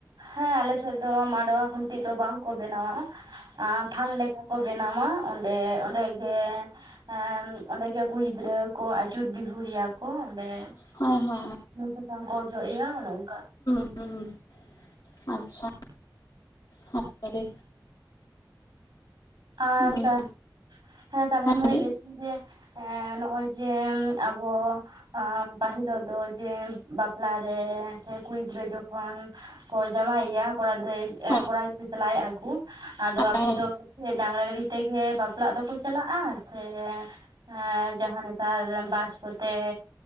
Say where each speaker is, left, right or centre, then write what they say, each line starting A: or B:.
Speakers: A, on the right (about 70°); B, on the left (about 55°).
A: ᱦᱮᱸ ᱟᱞᱮᱥᱮᱫ ᱫᱚ ᱢᱟᱰᱣᱟ ᱠᱷᱩᱱᱴᱤ ᱫᱚ ᱵᱟᱝ ᱠᱚ ᱵᱮᱱᱟᱣᱟ ᱟᱨ ᱛᱷᱟᱱ ᱞᱮᱠᱟ ᱠᱚ ᱵᱮᱱᱟᱢᱟ ᱚᱸᱰᱮ ᱚᱸᱰᱮ ᱜᱮ- ᱦᱮ ᱚᱸᱰᱮ ᱜᱮ ᱠᱩᱲ ᱜᱤᱫᱽᱨᱟᱹ ᱠᱚ ᱟᱪᱩᱨ ᱵᱤᱦᱩᱨᱮᱭᱟ ᱠᱚ ᱚᱸᱰᱮ
B: ᱦᱮᱸ ᱦᱮᱸ
A: ᱟᱨ ᱥᱩᱱᱩᱢ ᱥᱟᱥᱟᱝ ᱠᱚ ᱚᱡᱚᱜᱮᱭᱟ ᱚᱝᱠᱟ
B: ᱦᱩ ᱟᱪᱪᱷᱟ ᱦᱟᱱᱛᱮ ᱨᱮ
A: ᱟᱨ
B: ᱦᱩᱸ
A: ᱫᱟ ᱦᱮ ᱛᱟᱞᱦᱮ
B: ᱦᱮᱸ
A: ᱢᱟᱹᱭ
B: ᱫᱤ
A: ᱞᱟᱹᱭ ᱮᱫ ᱛᱟᱺᱦᱤᱡ ᱡᱮ ᱱᱚᱜ-ᱚᱭ ᱡᱮ ᱟᱵᱚ ᱦᱮ ᱯᱟᱹᱦᱤᱞ ᱦᱚᱲ ᱫᱚ ᱡᱮ ᱵᱟᱯᱞᱟᱨᱮ ᱥᱮ ᱠᱩᱲᱤ ᱜᱤᱫᱽᱨᱟᱹ ᱡᱚᱠᱷᱚᱱ ᱠᱚ ᱡᱟᱣᱟᱭᱮᱭᱟ ᱠᱚᱲᱟ ᱜᱤᱫᱽᱨᱟᱹ
B: ᱦᱮᱸ
A: ᱮ ᱠᱚᱲᱟ ᱜᱤᱫᱽᱨᱟᱹ ᱪᱟᱞᱟᱜ ᱟᱭ ᱟᱹᱜᱩ ᱟᱫᱚ ᱟᱯᱮ
B: ᱦᱮᱸ
A: ᱫᱚ ᱪᱮᱫ ᱰᱟᱝᱨᱟ ᱜᱟᱹᱲᱤ ᱛᱮᱜᱮ ᱵᱟᱯᱞᱟᱜ ᱫᱚᱠᱚ ᱪᱟᱞᱟᱜ-ᱟ ᱥᱮ ᱦᱮ ᱡᱟᱦᱟᱸ ᱱᱮᱛᱟᱨ ᱵᱟᱥ ᱠᱚᱛᱮ